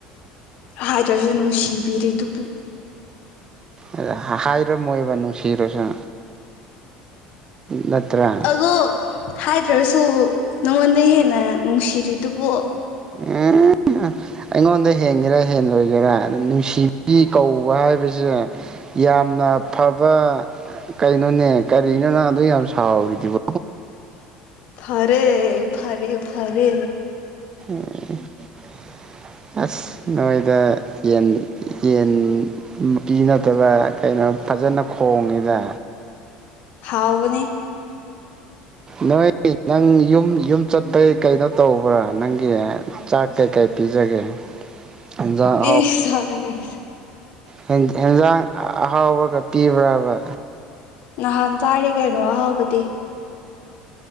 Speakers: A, on the left; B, on the right.
A: ꯍꯥꯏꯗ꯭ꯔꯥꯁꯨ ꯅꯨꯡꯁꯤꯕꯤꯔꯤ ꯗꯨꯕꯨ
B: ꯑꯗ ꯍꯥꯏꯔꯝ ꯃꯣꯏꯕ ꯅꯨꯡꯁꯤꯔꯁꯨ ꯅꯠꯇ꯭ꯔꯥ
A: ꯑꯣ ꯍꯥꯏꯗ꯭ꯔꯥꯁꯨ ꯅꯉꯣꯟꯗꯩ ꯍꯦꯟꯅ ꯅꯨꯡꯁꯤꯔꯤꯗꯨꯕꯨ <inaudible>
B: ꯎꯝ ꯑꯩꯉꯣꯟꯗ ꯍꯦꯟꯒꯦꯔꯥ ꯍꯦꯟꯂꯣꯏꯒꯦꯔꯥ ꯑꯗꯨ ꯅꯨꯡꯁꯤꯕꯤꯒꯤ ꯀꯧꯕ ꯍꯥꯏꯕꯖꯦ ꯌꯥꯝꯅ ꯐꯕ ꯀꯩꯅꯣꯅꯦ ꯀꯔꯤꯅꯣ ꯅꯪ ꯑꯗꯨ ꯌꯥꯝ ꯁꯥꯎꯔꯤꯗꯨꯕꯨ
A: ꯐꯔꯦ ꯐꯔꯦ ꯐꯔꯦ
B: <unintelligible> ꯑꯁ ꯅꯣꯏꯗ ꯌꯦꯟ ꯌꯦꯟ ꯃꯥꯄꯤ ꯅꯠꯇꯕ ꯀꯩꯅꯣ ꯐꯖꯅ ꯈꯣꯡꯉꯤꯗ
A: ꯍꯥꯎꯕꯅꯤ
B: ꯅꯣꯏ ꯅꯪ ꯌꯨꯝ ꯌꯨꯝ ꯆꯠꯄꯩ ꯀꯩꯅꯣ ꯇꯧꯕ꯭ꯔꯥ ꯅꯪꯒꯤ ꯆꯥꯛ ꯀꯩꯀꯩ ꯄꯤꯖꯒꯦ ꯍꯦꯟꯖꯥꯡ
A: ꯏꯁ ꯆꯥꯛ ꯀꯩꯀꯩ <inaudible>
B: ꯍꯦꯟ ꯍꯦꯟꯖꯥꯡ ꯑꯍꯥꯎꯕꯒ ꯄꯤꯕ꯭ꯔꯥꯕ
A: ꯅꯍꯥꯟ ꯆꯥꯔꯦ ꯀꯩꯅꯣ ꯑꯍꯥꯎꯕꯗꯤ